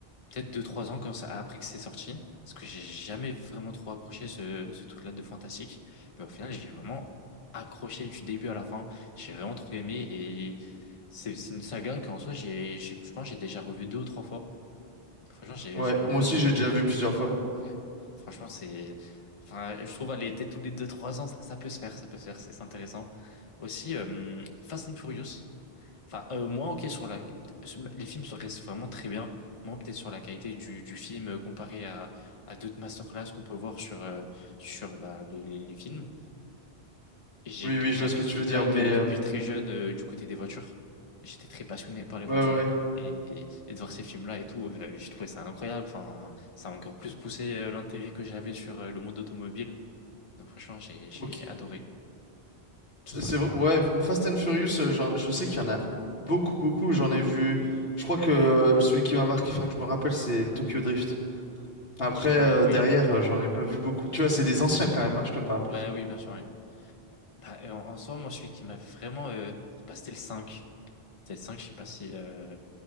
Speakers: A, on the left; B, on the left.
A: peut-être deux trois ans quand ça, après que c'est sorti, parce que j'ai jamais vraiment trop accroché ce, ce truc-là de fantastique. Mais au final, j'ai vraiment accroché du début à la fin. J'ai vraiment trop aimé et c'est c'est une saga qu'en soi, j'ai, j'ai- je pense, que j'ai déjà revu deux ou trois fois. Donc, franchement, j'ai
B: Ouais,
A: j'ai vraiment
B: moi
A: bien
B: aussi,
A: aimé.
B: j'ai déjà vu plusieurs fois.
A: Ouais, franchement, c'est. Enfin, je trouve aller était tous les deux trois ans, ça, ça peut se faire, ça peut se faire, c'est c'est intéressant. Aussi, euh, Fast and Furious. Enfin, euh, moi, ok, sur la... sur- les films se restent vraiment très bien. Moi, peut-être sur la qualité du, du film euh, comparé à, à d'autres masterclass qu'on peut voir sur, euh, sur bah, les, les- les films. J'ai-
B: Oui, oui,
A: J'avais
B: je vois ce que
A: ce
B: tu
A: truc-là
B: veux dire, mais...
A: de-
B: euh,
A: depuis très jeune euh, du côté des voitures. J'étais très passionné par les voitures.
B: ouais, ouais. ouais.
A: Et, et de voir ces films-là et tout, euh, je trouvais ça incroyable. Enfin, ça a encore plus poussé euh, l'intérêt que j'avais sur euh, le monde automobile. Donc franchement, j'ai j'ai-
B: Ok.
A: j'ai adoré tout
B: C'est
A: ce
B: c'est
A: côté-là.
B: vrai- ouais, Fast and Furious, euh, j'en- je sais qu'il y en a beaucoup, beaucoup. J'en ai vu. Je crois que euh, celui qui m'a marqué, enfin que je me rappelle, c'est Tokyo Drift. Après,
A: Ok, ouais,
B: euh,
A: oui.
B: derrière, euh, j'en ai pas vu beaucoup. Tu vois, c'est des anciens quand même, hein, je te parle.
A: Ouais, oui, bien sûr, ouais. Bah, euh, en, en soi, moi, celui qui m'avait vraiment... euh, bah, c'était le cinq C'était le cinq je sais pas si... euh,